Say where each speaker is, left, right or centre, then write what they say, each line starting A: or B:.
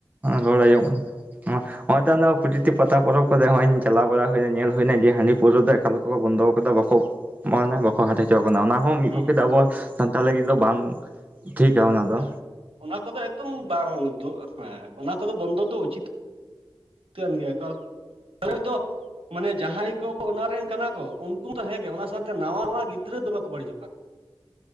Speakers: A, on the right (about 15°); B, on the right (about 80°).
A: ᱨᱚᱲ ᱟᱸᱡᱚᱢᱚᱜ ᱠᱟᱱᱟ ᱱᱚᱣᱟ ᱦᱚᱸᱜᱼᱚᱭ ᱛᱚ ᱟᱫᱚ ᱯᱨᱚᱛᱤᱴᱤ ᱯᱟᱛᱟ ᱯᱚᱨᱚᱵᱽ ᱠᱚᱨᱮ ᱦᱚᱸᱜ-ᱚᱭᱤᱧ ᱪᱟᱞᱟᱣ ᱵᱟᱲᱟ ᱦᱩᱭᱱᱟ ᱧᱮᱞ ᱦᱩᱭᱱᱟ ᱡᱮ ᱦᱟᱺᱰᱤ ᱯᱟᱹᱣᱨᱟᱹ ᱫᱚ ᱮᱠᱟᱞ ᱠᱚ ᱵᱚᱱᱫᱚ ᱟᱠᱟᱫᱟ ᱵᱟᱠᱚ ᱢᱟ ᱵᱟᱠᱚ ᱦᱟᱴ ᱦᱚᱪᱚᱣᱟᱜ ᱠᱟᱱᱟ ᱚᱱᱟᱦᱚᱸ ᱢᱤᱫ
B: ᱦᱩᱸ
A: ᱜᱚᱴᱮᱮᱡ ᱟᱵᱚᱣᱟᱜ ᱥᱟᱱᱛᱟᱲ ᱞᱟᱹᱜᱤᱫ ᱫᱚ ᱵᱟᱝ ᱴᱷᱤᱠᱟ ᱚᱱᱟ ᱫᱚ
B: ᱦᱮᱸ ᱚᱱᱟ ᱠᱚᱫᱚ ᱮᱠᱫᱚᱢ ᱵᱟᱝ ᱫᱩᱜ ᱦᱮᱸ ᱚᱱᱟ ᱠᱚᱫᱚ ᱵᱚᱱᱫᱚ ᱫᱚ ᱩᱪᱤᱛ ᱠᱟᱱ ᱜᱮᱭᱟ ᱠᱟ ᱛᱟᱦᱞᱮ ᱫᱚ ᱢᱟᱱᱮ ᱡᱟᱦᱟᱸᱭ ᱠᱚ ᱚᱱᱟ ᱨᱮᱱ ᱠᱟᱱᱟ ᱠᱚ ᱩᱱᱠᱩ ᱛᱚ ᱦᱮᱸᱜᱮ ᱚᱱᱟ ᱥᱟᱶ ᱱᱟᱣᱟ ᱱᱟᱣᱟ ᱜᱤᱫᱽᱨᱟᱹ ᱫᱚᱢᱮ ᱠᱚ ᱵᱟᱹᱲᱤᱡᱚᱜ ᱠᱟᱱ